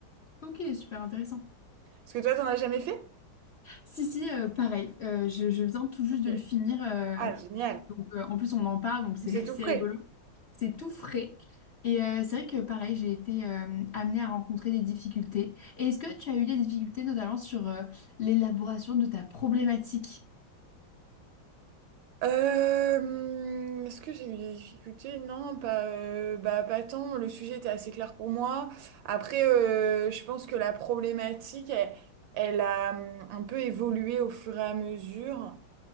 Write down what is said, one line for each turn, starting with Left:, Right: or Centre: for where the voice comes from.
Left: Ok, super intéressant.
Right: Est-ce que toi, t'en as jamais fait?
Left: Si, si, euh, pareil. Euh, je, je viens tout juste
Right: Ok.
Left: de le finir. euh,
Right: Ah, génial.
Left: donc, euh, en plus, on en parle, donc c'est
Right: C'est
Left: <laughs>
Right: tout
Left: c'est
Right: frais.
Left: rigolo. C'est tout frais. Et euh, c'est vrai que, pareil, j'ai été euh, amenée à rencontrer des difficultés. Et est-ce que tu as eu des difficultés, notamment sur euh, l'élaboration de ta problématique?
Right: Euh, est-ce que j'ai eu des difficultés? Non, pas, euh, bah, pas tant. Le sujet était assez clair pour moi. Après, euh, je pense que la problématique, elle, elle a hum, un peu évolué au fur et à mesure.